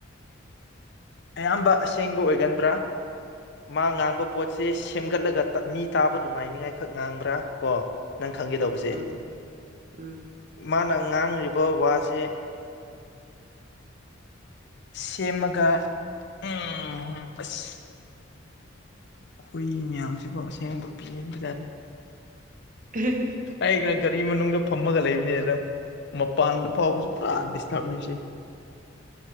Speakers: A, on the left; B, on the right.
A: ꯑꯌꯥꯝꯕ ꯑꯁꯦꯡꯕ ꯑꯣꯏꯒꯟꯕ꯭ꯔꯥ ꯃꯥ ꯉꯥꯡꯕ ꯄꯣꯠꯁꯦ ꯁꯦꯝꯒꯠꯂꯒ ꯃꯤ ꯇꯥꯕ ꯅꯨꯡꯉꯥꯏꯅꯤꯉꯥꯏꯈꯛ ꯉꯥꯡꯕ꯭ꯔꯥ ꯀꯣ ꯅꯪ ꯈꯪꯒꯦ ꯇꯧꯕꯁꯦ
B: ꯎꯝ ꯎꯝ
A: ꯃꯥꯅ ꯉꯥꯡꯉ꯭ꯔꯤꯕ ꯋꯥꯁꯦ ꯁꯦꯝꯃꯒ ꯎꯝ ꯑꯁ ꯍꯨꯏ ꯃꯌꯥꯝꯁꯤꯕꯨ ꯑꯁꯦꯡꯕ ꯄꯦꯟꯕꯖꯥꯠꯅꯦ
B: ꯎ <inaudible>
A: ꯑꯩꯩꯅ ꯒꯥꯔꯤ ꯃꯅꯨꯡꯗ ꯐꯝꯃꯒ ꯂꯩꯕꯅꯤꯅ ꯃꯄꯥꯟꯗ ꯐꯥꯎꯕꯁꯨ ꯄꯨꯔꯥ ꯗꯤꯁꯇꯔꯕꯅꯦ ꯁꯤ